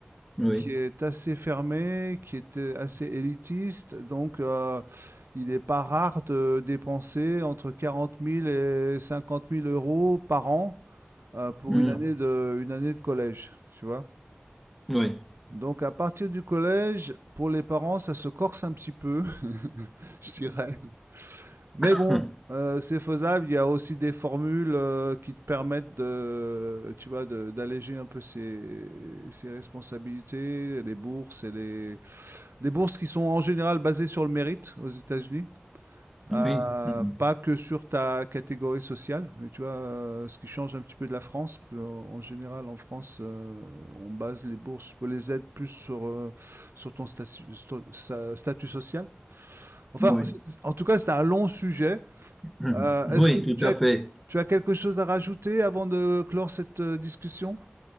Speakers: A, in the centre; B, on the right (about 85°).
A: Oui.
B: qui est assez fermé, qui est euh, assez élitiste. Donc, euh, il n'est pas rare de dépenser entre 40 000 et 50 000 euros par an euh, pour
A: Mhm.
B: une année de, une année de collège, tu vois.
A: Oui.
B: Donc, à partir du collège, pour les parents, ça se corse un petit peu, <laughs> je dirais. Mais
A: <laughs>
B: bon, euh, c'est faisable. Il y a aussi des formules euh, qui te permettent de, tu vois, de- d'alléger un peu ses, ses responsabilités, les bourses et les, Des bourses qui sont en général basées sur le mérite aux États-Unis,
A: Oui.
B: euh,
A: Mhm.
B: pas que sur ta catégorie sociale, mais tu vois, euh, ce qui change un petit peu de la France, parce que, en en général, en France, euh, on base les bourses, les aides plus sur, euh, sur ton statu- sto- sa- statut social. Enfin,
A: Oui.
B: c'est- en tout cas, c'est un long sujet.
A: Mhm.
B: Euh,
A: Oui,
B: est-ce que
A: tout
B: tu
A: à
B: as,
A: fait.
B: tu as quelque chose à rajouter avant de clore cette euh, discussion?